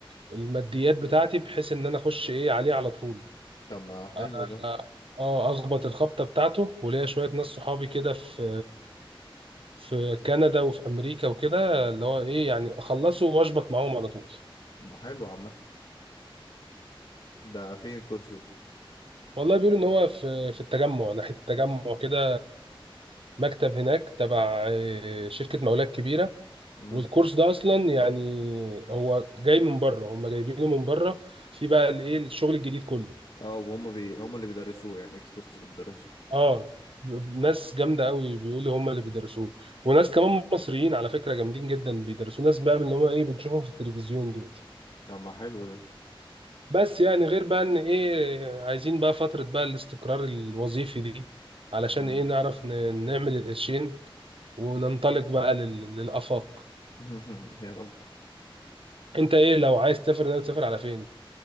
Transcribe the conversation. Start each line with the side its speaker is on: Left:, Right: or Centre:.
Right: الماديات بتاعتي بحيث ان انا اخش ايه عليه على طول
Left: طب ما حلو
Right: اه
Left: ده
Right: آه، اخبط الخبطه بتاعته وليا شويه ناس صحابي كده في في كندا وفي امريكا وكده اللي هو ايه يعني اخلصه واشبط معاهم على طول
Left: حلو عامة ده فين الكورس ده
Right: والله بيقولوا ان هو في في التجمع ناحيه التجمع كده مكتب هناك تبع آه، شركه مولات كبيره
Left: امم
Right: والكورس ده اصلا يعني هو جاي من بره هم جايبينه من بره في بقى الايه الشغل الجديد كله
Left: اه وهم بي... هم اللي بيدرسوه يعني اكسبرتس بتدرسوه
Right: اه ناس جامده قوي بيقولوا هم اللي بيدرسوه وناس كمان مصريين على فكره جامدين جدا بيدرسوه ناس بقى من اللي هو ايه بتشوفهم في التلفزيون دول
Left: طب ما حلو ده
Right: بس يعني غير بقى ان ايه عايزين بقى فتره بقى الاستقرار الوظيفي دي علشان
Left: امم
Right: ايه نعرف ن- نعمل القرشين وننطلق بقى لل... للآفاق
Left: <laughs> يا رب
Right: انت ايه لو عايز تسافر ناوي تسافر على فين